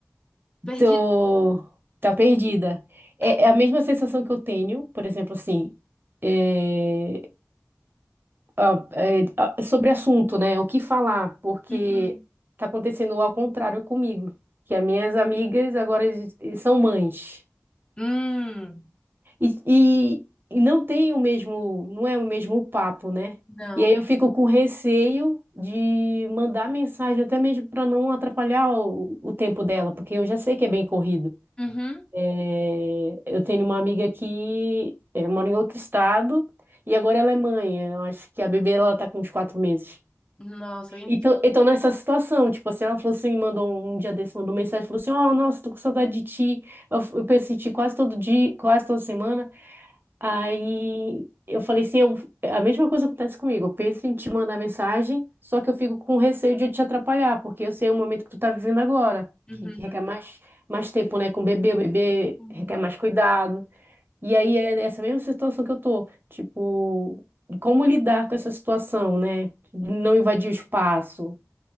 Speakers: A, on the left; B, on the right.
A: perdida.
B: tô... tá perdida. É,
A: É.
B: é a mesma sensação que eu tenho, por exemplo, assim. eh, ah, é, ah, sobre assunto, né? O que falar, porque
A: Uhum.
B: tá acontecendo ao contrário comigo, que as minhas amigas agora ex- são mães.
A: Hum,
B: E, e, e não tem o mesmo, não é o mesmo papo, né?
A: não.
B: E aí eu fico com receio de mandar mensagem, até mesmo para não atrapalhar o, o tempo dela, porque eu já sei que é bem corrido.
A: Uhum.
B: É, eu tenho uma amiga que é, mora em outro estado e agora ela é mãe. Eu acho que a bebê ela tá com uns quatro meses.
A: Nossa, bem
B: Então,
A: pequena.
B: então, nessa situação, tipo assim, ela falou assim, mandou um dia desse, mandou mensagem, falou assim, ó, nossa, tô com saudade de ti, eu, f- eu penso em ti quase todo dia, quase toda semana, aí eu falei assim, eu, a mesma coisa acontece comigo, eu penso em te mandar mensagem, só que eu fico com receio de eu te atrapalhar, porque eu sei o momento que tu tá vivendo agora,
A: Uhum.
B: que que requer mais, mais tempo, né, com o bebê, o bebê
A: Uhum.
B: requer mais cuidado, e aí é nessa mesma situação que eu tô, tipo, como lidar com essa situação, né, não invadir o espaço,